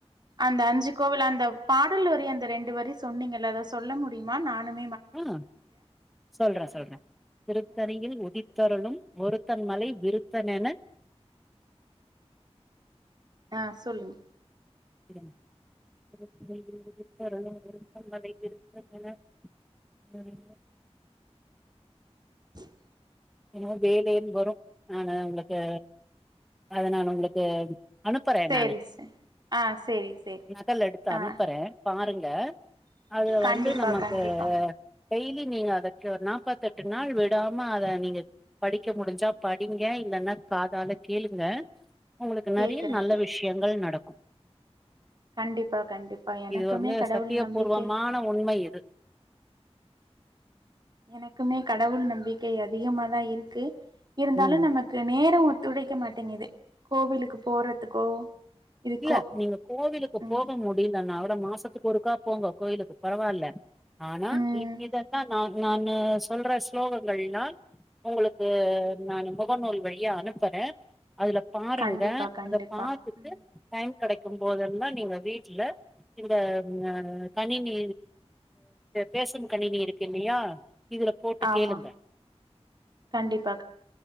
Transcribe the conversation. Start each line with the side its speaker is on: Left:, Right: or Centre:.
Right: அந்த அஞ்சு கோவில் அந்த பாடல் வரி அந்த ரெண்டு வரி சொன்னீங்கல்ல அத சொல்ல முடியுமா நானும்
Centre: ஆ சொல்றேன்
Right: ம்
Centre: சொல்றேன் திருப்பதியில்
Right: ம்
Centre: உதித்தருளும் ஒருத்தன் மலை விருத்தன் என
Right: ஆ சொல்லுங்
Centre: <inaudible>
Right: <inaudible>
Centre: என்னமோ வேலன்னு வரும் நான உங்களுக்கு அத நான உங்களுக்கு அனுப்புறேன்
Right: சேரி
Centre: நானு
Right: சே ஆ சேரி சேரி
Centre: நகலெடுத்து எடுத்து
Right: ஆ
Centre: அனுப்புறேன் பாருங்க அது
Right: கண்டிப்பா
Centre: வந்து நமக்கு
Right: கண்டிப்பா
Centre: டெய்லி நீங்க அதக்கு நாப்பத்த எட்டு நாள் விடாம அத நீங்க படிக்க முடிஞ்சா படிங்க இல்லன்னா காதால கேளுங்க உங்களுக்கு
Right: கேக்குறே
Centre: நெறைய நல்ல
Right: கேக்குறே
Centre: விஷயங்கள் நடக்கும்
Right: கண்டிப்பா கண்டிப்பா எனக்குமே
Centre: இது வந்து
Right: கடவுள்
Centre: சத்தியபூர்வமான
Right: நம்பிக்கை
Centre: உண்மை இது
Right: எனக்குமே கடவுள் நம்பிக்கை அதிகமாதான் இருக்கு இருந்தாலும்
Centre: ம்
Right: நமக்கு நேரம் துடைைக்க மாட்டேங்குது கோவிலுக்கு போறதுக்கோ இதுக்கோ
Centre: இல்ல நீங்க கோவிலுக்கு
Right: ம்
Centre: போக முடியல நா அ மாசத்து கொருக்கா போங்க கோயிலுக்கு பரவால்ல ஆனா
Right: ம்
Centre: இ இதன்ன நான நானு சொல்ற ஸ்லோகங்கல்லாம் உங்களுக்கு நான முகநூல் வழிய அனுப்பறேன் அதுல பாருங்க
Right: கண்டிப்பா கண்டிப்பா
Centre: அத பாத்துட்டு
Right: ம்
Centre: கெடைக்கும் போது தான் நீங்க வீட்டுல இந்த கணினி பேசும் கணினி இருக்கு இல்லயா இதுல போட்டு
Right: ஆமா
Centre: கேளுங்க
Right: கண்டிப்பா